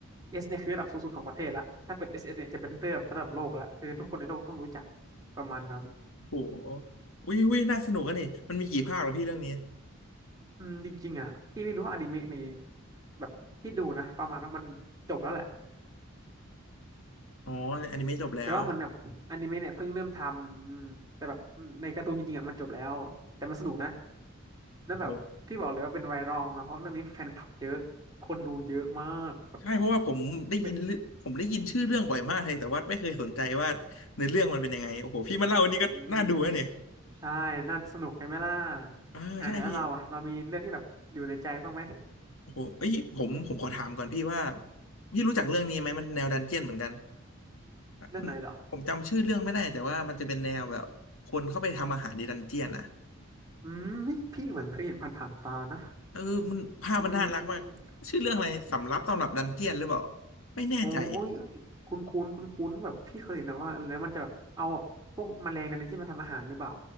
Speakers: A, on the right (about 20°); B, on the left (about 80°).
A: S เนี่ยคือระดับสูงสุดของประเทศละถ้าเป็น SS เอสเนี่ยจะเป็นระดับระดับโลกละคือทุกคนในโลกต้องรู้จักประมาณนั้น
B: ๆโอ้โหวิวิน่าสนุกกันนี่มันมีกี่ภาคเหรอพี่เรื่องนี้
A: อืมจริงๆอ่ะพี่ไม่รู้ว่าอนิเมะมีแบบพี่ดูนะประมาณว่ามันจบแล้วแหละ
B: อ๋ออนิเมะจบแล้ว
A: แต่ว่าเหมือนแบบอนิเมะเนี่ยเพิ่งเริ่มทำอืมแต่แบบในการ์ตูนจริงๆอ่ะมันจบแล้วแต่มันสนุกนะ แล้วแบบพี่บอกเลยว่าเป็นไวรัลมาเพราะเรื่องนี้แฟนคลับเยอะคนดูเยอะมากแบบ
B: โอ้โหใช่เพราะว่าผมได้ยินเรื่องผมได้ยินชื่อเรื่องบ่อยมากเลยแต่ว่าไม่เคยสนใจว่าเนื้อเรื่องมันเป็นยังไงโอ้โหพี่มาเล่าอันนี้ก็น่าดูนะเนี่ย
A: เบอืมใช่น่าสนุกใช่ไหมล่ะ
B: เออใช่พี่
A: อ่ะแล้วเราอ่ะเรามีเรื่องที่แบบอยู่ในใจบ้างไหม
B: โอ้โหเอ้ยผมผมขอถามก่อนพี่ว่าพี่รู้จักเรื่องนี้ไหมมันแนวดันเจียนเหมือนกัน
A: เรื่องไหนเหรอ
B: มันผมจำชื่อเรื่องไม่ได้แต่ว่ามันจะเป็นแนวแบบคนเข้าไปทำอาหารในดันเจียนอะ
A: อืมนี่พี่เหมือนเคยเห็นผ่านๆตานะ
B: เออมันภาพมันน่ารักมากชื่อเรื่องอะไรสำรับตำรับดันเจียนหรือเปล่า
A: อืม
B: ไม่แน่ใจ
A: โอ้โอ้ยเอ้ยคุ้นคุ้นคุ้นคุ้นๆแบบพี่เคยเห็นนะว่าอะไรนะมันจะแบบเอาแบบพวกแมลงในนั้นที่มาทำอาหารหรือเปล่า